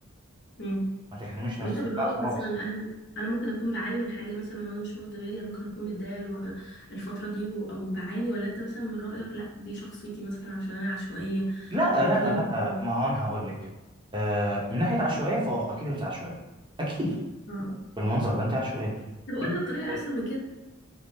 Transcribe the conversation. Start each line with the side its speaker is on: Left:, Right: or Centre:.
Left: مم.
Right: ما تحرميش
Left: طب
Right: نفسك
Left: انت من رأيك
Right: لا خلاص
Left: مثلا انا انا ممكن اكون بعاني من حاجه مثلا وانا مش واخده بالي يعني ممكن اكون متضايقه الو- الفتره دي و- او بعاني ولا انت مثلا من رأيك لا دي شخصيتي مثلا عشان انا عشوائيه
Right: لا
Left: وكلام
Right: لا لا
Left: كده
Right: ما هو انا هقول لك آه من ناحيه عشوائيه فاه اكيد انت عشوائيه اكيد
Left: اه
Right: بالمنظر ده انت عشوائيه
Left: طب اقولها
Right: <laughs>
Left: بطريقه احسن من كده